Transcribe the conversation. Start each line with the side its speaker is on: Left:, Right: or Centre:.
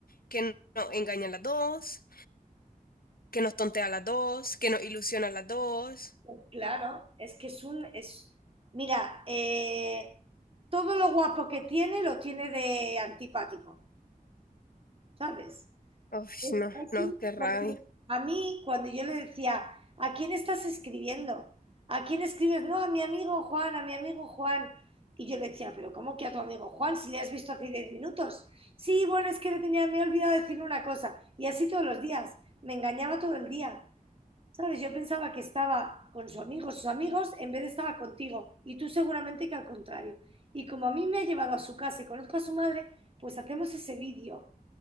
Left: que nos engañan las dos, que nos tontea las dos, que nos ilusiona las dos.
Right: Pues claro, es que es un... Es, mira, eh, todo lo guapo que tiene lo tiene de antipático, ¿sabes?
Left: Uf,
Right: Es
Left: no,
Right: así,
Left: no, qué rabia.
Right: porque a mí, cuando yo le decía, ¿a quién estás escribiendo? ¿A quién escribes? No, a mi amigo Juan, a mi amigo Juan. Y yo le decía, ¿pero cómo que a tu amigo Juan si le has visto hace 10 minutos? Sí, bueno, es que le tenía, me he olvidado decirle una cosa. Y así todos los días. Me engañaba todo el día. ¿Sabes? Yo pensaba que estaba con su amigo, sus amigos, en vez de estaba contigo. Y tú seguramente que al contrario. Y como a mí me ha llevado a su casa y conozco a su madre, pues hacemos ese vídeo